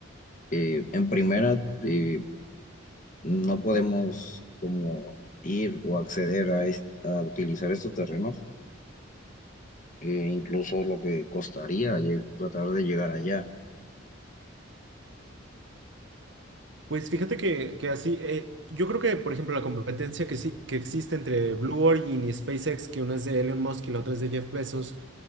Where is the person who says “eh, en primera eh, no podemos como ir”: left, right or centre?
Left